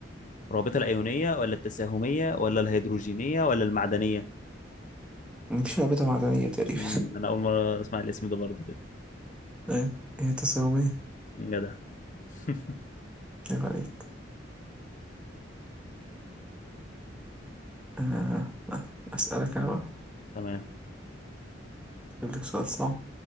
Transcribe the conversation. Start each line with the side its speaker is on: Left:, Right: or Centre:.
Left: الرابطة الأيونية ولا التساهمية ولا الهيدروجينية ولا المعدنية
Centre: مفيش رابطة معدنية تقريبا
Left: مم، أنا أول مرة أسمع الاسم ده برضه كده
Centre: أيوة هي تساومية
Left: جدع <laughs>
Centre: عيب عليك آه. أسألك أنا بقى
Left: تمام
Centre: أجيب لك سؤال صعب